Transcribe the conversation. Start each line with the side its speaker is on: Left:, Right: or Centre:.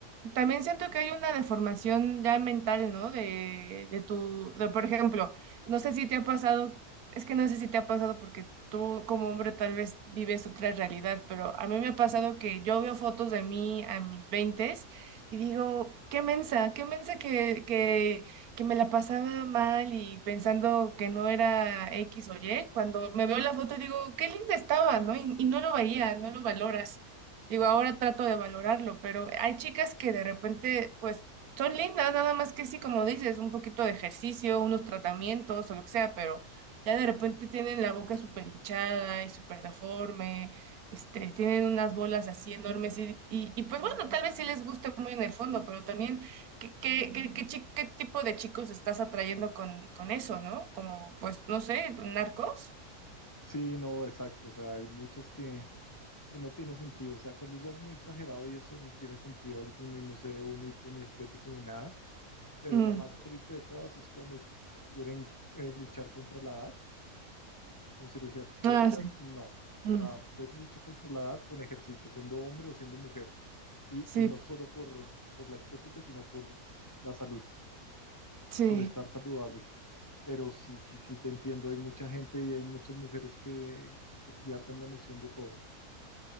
Right: También siento que hay una deformación ya mental, ¿no? De, de tu, de, por ejemplo, no sé si te ha pasado, es que no sé si te ha pasado porque tú como hombre tal vez vives otra realidad, pero a mí me ha pasado que yo veo fotos de mí a mis veintes y digo, qué mensa, qué mensa que, que, que me la pasaba mal y pensando que no era X o Y, cuando me veo la foto digo, qué linda estaba, ¿no? Y, y no lo veía, no lo valoras. Digo, ahora trato de valorarlo, pero hay chicas que de repente, pues, son lindas, nada más que sí, como dices, un poquito de ejercicio, unos tratamientos o lo que sea, pero ya de repente tienen la boca súper hinchada y súper deforme, este, tienen unas bolas así enormes y, y, y, pues bueno, tal vez sí les guste muy en el fondo, pero también, ¿qué, qué, qué, qué, chi- qué tipo de chicos estás atrayendo con, con eso, ¿no? Como, pues, no sé, narcos.
Left: Sí, no, exacto. O sea, hay muchos que, que no tiene sentido. O sea, cuando ya es muy exagerado y eso no tiene sentido alguno y no se ve bonito ni estético ni nada. Pero
Right: Mm.
Left: la más triste de todas es cuando quieren eh, luchar contra la edad con cirugías estéticas.
Right: Ah, sí.
Left: No. O
Right: Mm.
Left: sea, usted lucha contra la edad con ejercicio, siendo hombre o siendo mujer. Y,
Right: Sí,
Left: y no solo por, por la estética, sino por la salud,
Right: sí.
Left: por estar saludables. Pero sí, sí, sí, te entiendo. Hay mucha gente y hay muchas mujeres que, que pierden la noción de todo.